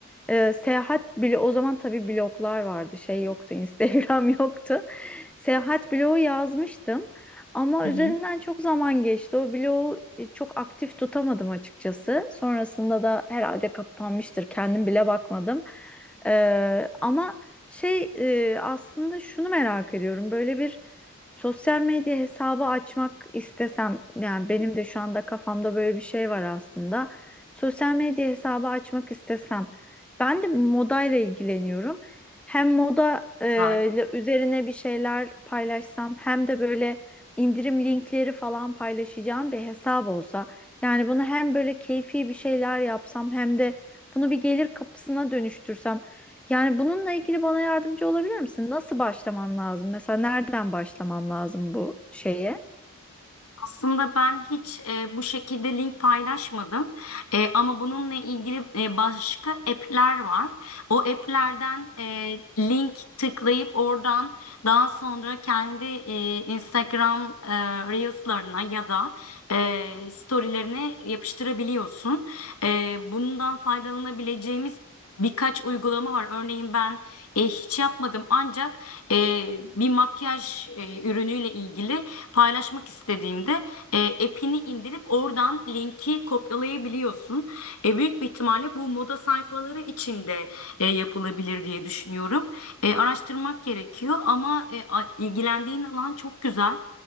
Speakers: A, in the centre; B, on the left.
A: e, seyahat bile o zaman tabii bloglar vardı şey yoktu <laughs> Instagram yoktu. Seyahat blogu yazmıştım ama
B: Hı
A: üzerinden
B: hı.
A: çok zaman geçti. O blogu e, çok aktif tutamadım açıkçası. Sonrasında da herhalde kapanmıştır kendim bile bakmadım. Ee, ama şey e, aslında şunu merak ediyorum böyle bir Sosyal medya hesabı açmak istesem yani benim de şu anda kafamda böyle bir şey var aslında. Sosyal medya hesabı açmak istesem ben de modayla ilgileniyorum. Hem moda e,
B: Güzel.
A: ile üzerine bir şeyler paylaşsam hem de böyle indirim linkleri falan paylaşacağım bir hesap olsa. Yani bunu hem böyle keyfi bir şeyler yapsam hem de bunu bir gelir kapısına dönüştürsem yani bununla ilgili bana yardımcı olabilir misin? Nasıl başlamam lazım? Mesela nereden başlamam lazım bu şeye?
B: Aslında ben hiç e, bu şekilde link paylaşmadım. E, ama bununla ilgili e, başka app'ler var. O app'lerden e, link tıklayıp oradan daha sonra kendi e, Instagram e, Reels'larına ya da e, story'lerine yapıştırabiliyorsun. E, bundan faydalanabileceğimiz Birkaç uygulama var. Örneğin ben e, hiç yapmadım ancak e, bir makyaj e, ürünüyle ilgili paylaşmak istediğimde e, app'ini indirip oradan linki kopyalayabiliyorsun. E, büyük bir ihtimalle bu moda sayfaları içinde e, yapılabilir diye düşünüyorum. E, araştırmak gerekiyor ama e, ilgilendiğin alan çok güzel.